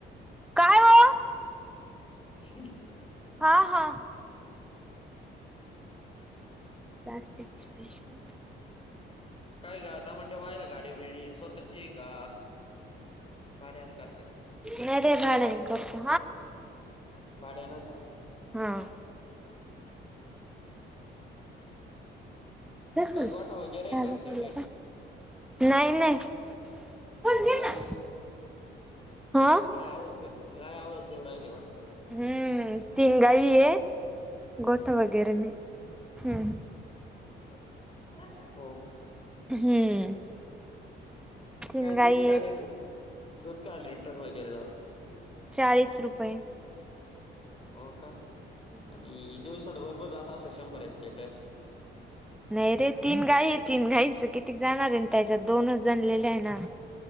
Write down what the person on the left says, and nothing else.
हम्
काय गता म ते वा्हायला गाडी बिडी स्वतःची का भाड्याने करते
भाड्यान का
काय
गोठा वगैरे आहे
का
तीथे
गाई
गाय आवाज गाय आवाज देउ राहिली वाटतं
हो.
<inaudible>
काय दूध
काय
लीटर दूध काय लीटर वगैरे जात
हो का
आणि दिवसाला भरपूर जात असल शंभर एक लिटर